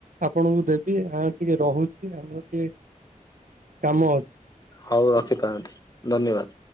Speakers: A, on the right; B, on the left.
A: ଆପଣଙ୍କୁ ଦେବି ଆ ଟିକେ ରହୁଛି, ଆମର ଟିକେ। କାମ ଅଛି।
B: ହଉ ରଖି ପାରନ୍ତି ଧନ୍ୟବାଦ।